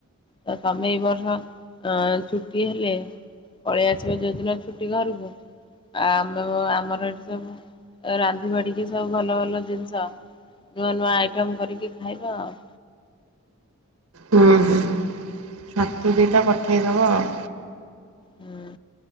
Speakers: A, on the left (about 20°); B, on the right (about 85°).
A: ତ ତମେ ଏଇ ବର୍ଷ ଅ ଛୁଟି ହେଲେ ପଳେଇ ଆସିବ ଯୋଉଦିନ ଛୁଟି ଘରକୁ। ଆ ଆମ ଆମର ସବୁ ରାନ୍ଧି ବାଢିକି ସବୁ ଭଲ ଭଲ ଜିନିଷ ନୂଆ ନୂଆ ଆଇଟମ୍ କରିକି ଖାଇବା ଆଉ।
B: ହୁଁ ହୁଁ ଛତୁ ଦିଇଟା ପଠେଇଦବ ଆଉ।
A: ହୁଁ